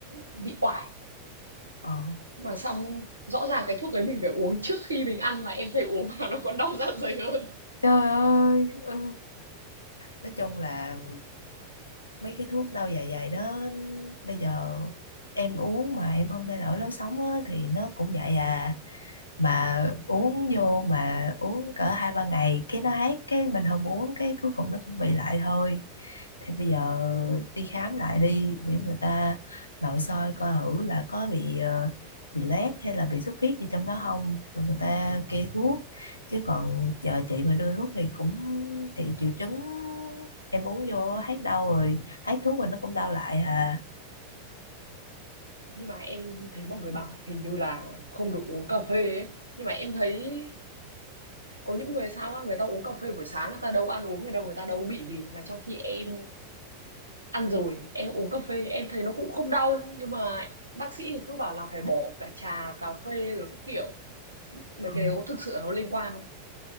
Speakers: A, on the right (about 85°); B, on the left (about 75°).
A: bị oải
B: ờ.
A: Mà xong rõ ràng cái thuốc đấy mình phải uống trước khi mình ăn mà em thấy uống vào nó còn đau dạ dày hơn.
B: Trời ơi, ừ. nói chung là mấy cái thuốc đau dạ dày đó bây giờ em uống mà em không thay đổi lối sống á, thì nó cũng vậy à mà uống vô mà uống cỡ hai ba ngày cái nó hết cái mình không uống cái cuối cùng nó cũng bị lại thôi thì bây giờ đi khám lại đi để người ta nội soi coi thử là có bị ờ, bị loét hay là bị xuất huyết gì trong đó không rồi người ta kê thuốc chứ còn chờ chị mà đưa thuốc thì cũng chị triệu chứng em uống vô hết đau rồi hết thuốc rồi nó cũng đau lại à
A: Nhưng mà em thấy mọi người bảo hình như là không được uống cà phê ấy. Nhưng mà em thấy có những người sao á, người ta uống cà phê buổi sáng người ta đâu ăn uống người đâu, người ta đâu bị gì mà trong khi em ăn rồi, em uống cà phê em thấy nó cũng không đau nhưng mà bác sĩ thì cứ bảo là phải bỏ cả trà, cà phê rồi các kiểu. Mấy
B: Ừ.
A: cái đấy có thực sự nó liên quan không?